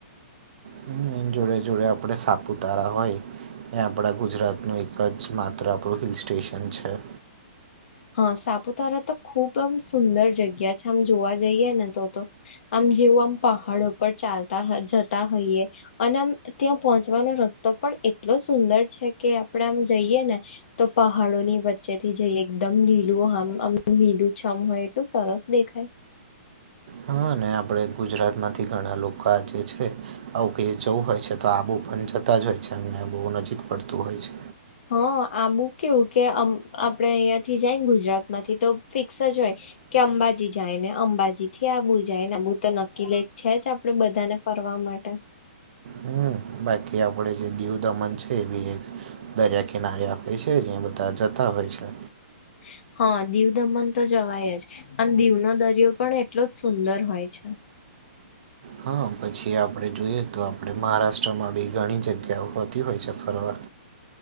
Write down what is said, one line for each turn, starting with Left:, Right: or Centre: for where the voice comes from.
Right: હમ્મ એને જોડે જોડે આપડે સાપુતારા હોય એ આપણા ગુજરાતનું એક જ માત્ર આપણું હિલ સ્ટેશન છે.
Left: હા, સાપુતારા તો ખુબ આમ સુંદર જગ્યા છે આમ જોવા જઈએ ને તો તો આમ જેવું આમ પહાડો પર ચાલતા હ જતા હોઈએ. અને આમ ત્યાં પહોંચવાનો રસ્તો પણ એટલો સુંદર છે કે આપડે આમ જઈએ ને તો પહાડો ની વચ્ચે થી જઈએ. એકદમ લીલું હામ આમ લીલું છમ હોય એ તો સરસ દેખાય.
Right: હા અને આપડે ગુજરાત માંથી ઘણા લોકો જે છે આવું કે છે તો હોય છે તો આવુ પણ જતા જ હોય છે અમને બહુ નજીક પડતું હોય છે.
Left: હ આબું કેવું કેમ આપડે અહીંયાથી જાય ને ગુજરાત માંથી તો ફિક્સ જ હોય કે અંબાજી જાય ને અંબાજી થી આબુ જાય ને આ બુ તો નક્કી લેક છે જ આપડે બધાને ફરવા માટે.
Right: હમ્મ, બાકી આપડે જે દીવ દમન છે એ બી એક દરિયા કિનારે આપે છે તે જે બતા જતા હોય છે.
Left: <inaudible> હા, દીવ દમન તો જવાય જ અને દીવનો દરિયો પણ એટલો જ સુંદર હોય છે.
Right: હા, પછી આપડે જોઈએ તો આપણે મહારાષ્ટ્રમાં બી ઘણી જગ્યાઓ હોત તી હોય છે ફરવા.